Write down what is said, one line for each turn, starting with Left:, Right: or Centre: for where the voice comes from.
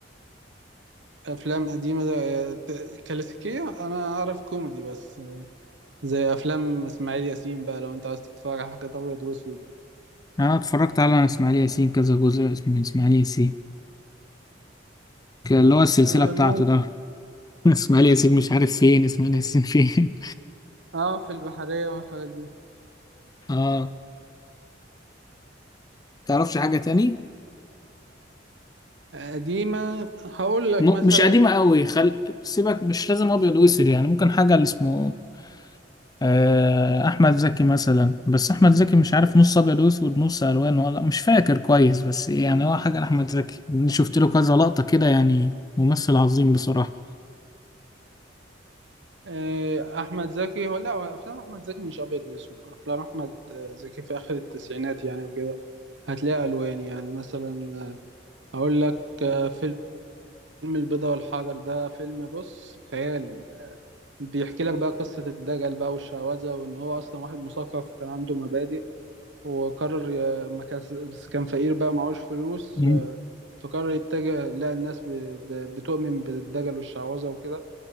Right: أفلام قديمة ده- ت- كلاسيكية أنا أعرف كوميدي بس زي أفلام إسماعيل ياسين بقى لو أنت عايز تتفرج على حاجات أبيض وأسود
Left: انا اتفرجت على اسماعيل ياسين كذا جزء اسمه اسماعيل ياسين كان اللي هو السلسلة
Right: آه،
Left: بتاعته
Right: ممكن
Left: ده <laughs> اسماعيل ياسين مش عارف فين اسماعيل ياسين فين
Right: اه في البحرية والحاجات دي
Left: <laughs> اه تعرفش حاجة تاني
Right: قديمة هقول لك
Left: م-
Right: مثلا
Left: مش قديمة قوي خل... سيبك مش لازم ابيض واسود يعني ممكن حاجة اللي اسمه آه، احمد زكي مثلا بس احمد زكي مش عارف نص ابيض واسود نص الوان ولا مش فاكر كويس بس يعني هو حاجه لاحمد زكي أنا شفت له كذا لقطه كده يعني ممثل عظيم بصراحه
Right: آه، احمد زكي هو لا هو افلام احمد زكي مش ابيض واسود افلام احمد آه، زكي في اخر التسعينات يعني وكده هتلاقي الوان يعني مثلا آه، اقول لك آه، فيلم البيضة والحجر ده فيلم بص خيال بيحكي لك بقى قصة الدجل بقى والشعوذة وان هو اصلا واحد مثقف كان عنده مبادئ وقرر ي- ما كان بس كان فقير بقى معهوش فلوس
Left: مم.
Right: آه، فقرر يتجه لا الناس ب- ب- بتؤمن بالدجل والشعوذة وكده